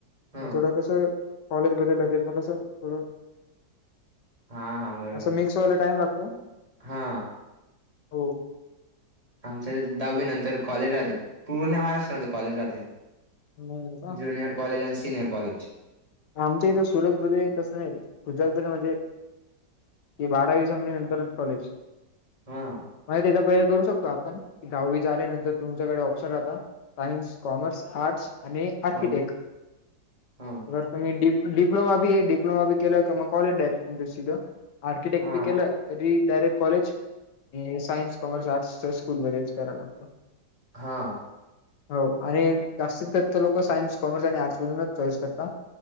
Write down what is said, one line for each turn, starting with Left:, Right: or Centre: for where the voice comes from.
Right: हा.
Left: मग थोडं कसं कॉलेजमध्ये लगेल मग कसं थोडं
Right: हा हा बरोबर
Left: असं मिक्स टाइम लागतो
Right: हा
Left: हो
Right: आमच्या दहावी नंतर कॉलेज राहते पूर्ण महाराष्ट्रामध्ये कॉलेज राहते.
Left: मग का
Right: ज्युनिअर कॉलेज आण सिनियर कॉलेज
Left: आमच्या इथ सुरतमध्ये तसं नाई, गुजरातमध्ये म्हणजे.. ते बारावी संपली, नंतरच कॉलेज
Right: हा
Left: तझ पहिलं करू शकतो आपण, दहावी झाल्यानंतर तुमच्याकडे ऑप्शन राहता. सायन्स, कॉमर्स, आर्टस आणि आर्किटेक
Right: हा. हा
Left: जर तुम्ही डि-डिप्लोमा बी ए डिप्लोमा केलं क मग <unintelligible> आर्किटेक्ट
Right: हा
Left: बी केलं तरी direct college science commerce arts school मध्येच कराव लागत.
Right: हा
Left: हो, आणि जास्तीत जास्त लोक सायन्स, कॉमर्स आणि आर्ट्समधूनच चॉईस करतात.